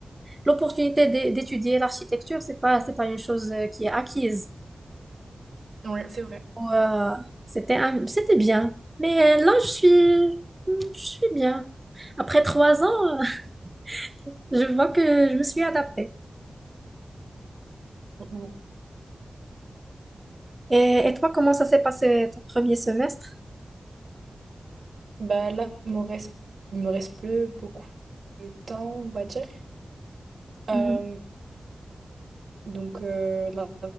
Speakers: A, on the right; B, on the right.
A: l'opportunité d'é- d'étudier l'architecture, c'est pas, c'est pas une chose euh, qui est acquise.
B: Ouais, c'est vrai.
A: Ou, euh, c'était un- c'était bien. Mais euh, là, je suis, je suis bien. Après trois ans, <laughs> je vois que je me suis adaptée.
B: Ouais.
A: Et, et toi, comment ça s'est passé ton premier semestre?
B: Bah là, il me reste... il me reste plus beaucoup de temps, on va dire. Euh,
A: Mhm.
B: donc, euh, la